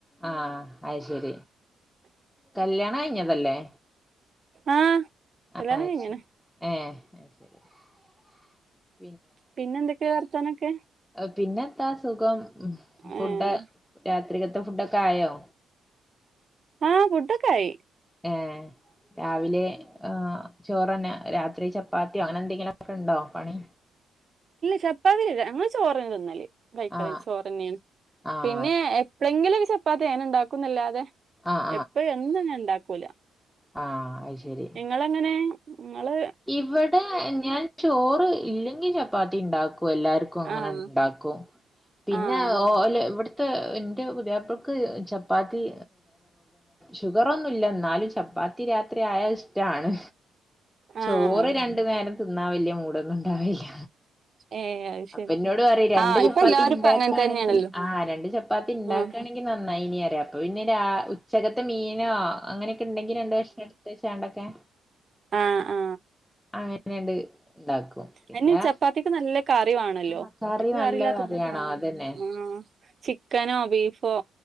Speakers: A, in the centre; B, on the right (about 45°).
A: ആഹ അത് ശരി കല്യാണം കഴിഞ്ഞതല്ലേ
B: ആഹ് കലൃണം
A: ആഹ് അത്
B: കഴിഞ്ഞ്ക്ക്ണ്
A: ശരി ഏ
B: പിന്നെ എന്തൊക്കെയാ വർത്താനൊക്കെ
A: പിന്നെ എത്താ സുഖം ഫുഡ
B: ഏഹ്
A: രാത്രികത്തെ ഫുഡൊക്കെ ആയോ
B: അഹ് ഫുടൊക്കെ ആയി
A: ഏഹ് രാവിലെ ഉഹ് ചോറ ണെ രാത്രി ചപ്പാത്തിയോ അങ്ങനെ എന്തെങ്കിലുമ ഒക്കെ ഉണ്ടോ പണി
B: ഇല്ല ചപ്പാതിരില്ല ഞങ്ങൾ ചോറ്നയാ തിന്നല് കൈക്കറി
A: ആഹ്
B: ചോറന്നെയാണ്
A: ആഹ്
B: പിന്നെ എപ്പഴെങ്കിലും ഒരു ചപ്പാത്തി അങനെ ഉണ്ടാക്കുന്നല്ലാതെ
A: ആഹ്
B: എപ്പഴും എന്നും ഞാ ഇണ്ടാക്കൂല
A: അഹ് അയ് ശരി
B: നിങ്ങളങ്ങനെ ങ്ങള്
A: ഇവിടെ ഞാൻ ചോറ് ഇല്ലെങ്കിൽ ചപ്പാത്തി ഉണ്ടാ ക്കും എല്ലാർക്കും അങ്ങനെ
B: ആഹ്
A: ഉണ്ടാക്കും പിന്നെ
B: ആഹ്
A: ഓല് ഇവി ത്തെ എന്റെ പുതിയപ്പൾക്ക് ചപ്പാത്തി ഷുഗർ ഒന്നുല്ല എന്നാലും ചാപ്പ പ്പാത്തി രാത്രി ആയാൽ ഇഷ്ടാണ് ചോറ്
B: ആഹ്
A: രണ്ടു നേരം തിന്നാൻ വലിയ മൂടൊന്നും ഇണ്ടാവില്ല
B: ഏഹ് അത്
A: അപ്പ
B: ശരി
A: എന്നോട് പറയും രണ്ട്
B: ആഹ്
A: ചപ്പാത്തി
B: ഇപ്പൊ എല്ലാരും
A: ഉണ്ടാക്കയാണെങ്കിൽ
B: ഇപ്പ അങ്ങനെ തന്നെയാണല്ലോ
A: ആ രണ്ട് ചപ്പാത്തി ഉണ്ടാക്കയാണെങ്ക
B: ആഹ്
A: ങ്കി നന്നായി ഇനി അറിയാം അപ്പ പിന്നെ ര ഉച്ചകത്ത് മീനോ അങ്ങനെ തിണ്ടെങ്ക രണ്ട് കഷ്ണ എടുതെ ചാണ്ടൊക്കെ
B: അഹ് അ
A: അങ്ങനെയണ്ട് ഇണ്ടാക്കും പിന്നെ
B: അതിന് ചപ്പാത്തിക്ക് നല്ല കറിവാണല്ലോ
A: ആഹ് കറി
B: എനിക്ക്
A: നല്ല
B: കറിയില്ലാത്ത
A: കറിയാണോ
B: ആ
A: അതന്നെ
B: അഹ് ചിക്കനോ ബീഫോ